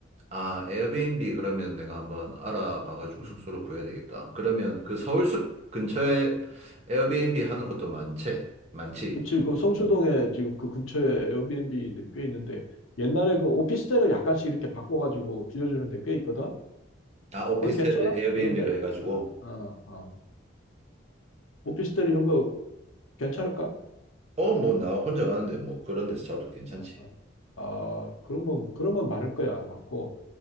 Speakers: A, on the right; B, on the left.
A: 아, 에어비앤비 그러면 내가 한번 알아봐가지고
B: 음.
A: 숙소를 구해야 되겠다. 그러면 그 서울숲
B: 그-
A: 근처에 에어비앤비 하는 것도 많지? 많지?
B: 그치, 그 성수동에 지금 그 근처에 에어비앤비들이 꽤 있는데 옛날에 그 오피스텔을 약간씩 이렇게 바꿔가지고 빌려주는 데 꽤 있거든?
A: 아, 오피스텔을
B: 거기 괜찮아?
A: 에어비앤비로
B: 그런데?
A: 해가지고.
B: 어, 어, 어. 오피스텔 이런 거 괜찮을까?
A: 어, 뭐, 나 혼자 가는데 뭐 그런 데서 자도 괜찮지.
B: 어, 어. 아, 그러면, 그러면 많을 거야. 많고.